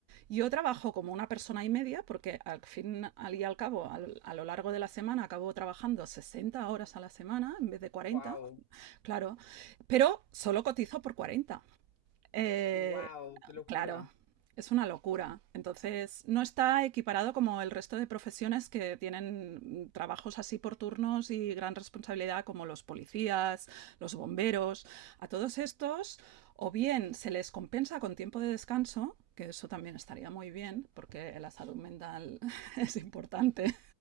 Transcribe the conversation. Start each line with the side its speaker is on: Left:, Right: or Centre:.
Right: yo trabajo como una persona y media porque al fin al y al cabo, al, a lo largo de la semana, acabo trabajando 60 horas a la semana en vez de cuarenta,
Left: Wow,
Right: claro, pero solo cotizo por 40. Eh,
Left: wow, qué locura.
Right: claro, es una locura. Entonces, no está equiparado como el resto de profesiones que tienen mm, trabajos así por turnos y gran responsabilidad, como los policías, los bomberos. A todos estos, o bien se les compensa con tiempo de descanso, que eso también estaría muy bien, porque la salud mental <laughs> es importante.